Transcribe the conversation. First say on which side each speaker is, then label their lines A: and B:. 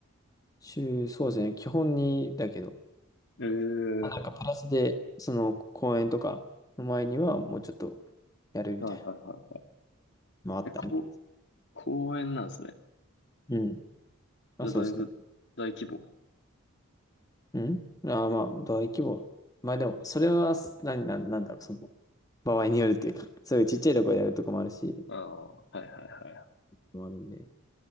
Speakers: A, on the left; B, on the left.
A: 週、そうですね。基本に、だけど、
B: ええ
A: まあなんかプラスで、その公演とかの前には、もうちょっとやるみたいな
B: はいはいはいは
A: のもあったり。
B: い。え、こう、公園なんですね。
A: うん。まあ、
B: じゃあ、
A: そうですね。
B: だいぶ、大規模。
A: んああー、まあ、大規模。まあでも、それは、何な、な、なんだろう、その、場合によるっていうか、そういうちっちゃいとこでやるとこもあるし、
B: ああ、はいはいは
A: もあるんで。